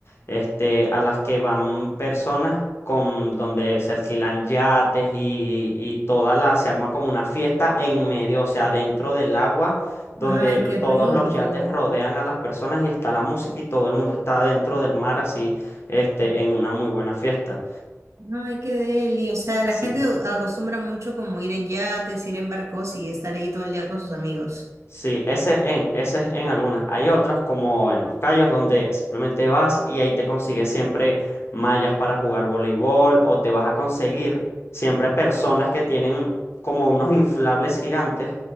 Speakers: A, on the left; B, on the right.
A: este, a las que van personas con donde se alquilan yates y, y toda la, se arma como una fiesta en medio, o sea, dentro del agua, donde
B: Ay,
A: l-
B: qué
A: todos
B: rico.
A: los yates rodean a las personas y está la música y todo el mundo está dentro del mar así, este, en una muy buena fiesta.
B: Ay, qué deli. O sea,
A: sí.
B: la gente acostumbra mucho como ir en yates, ir en barcos y estar ahí todo el día con sus amigos.
A: Sí, ese en, ese es en algunas. Hay otras, como en los callos, donde simplemente vas y ahí te consigues siempre mallas para jugar voleibol o te vas a conseguir siempre personas que tienen como unos inflables gigantes,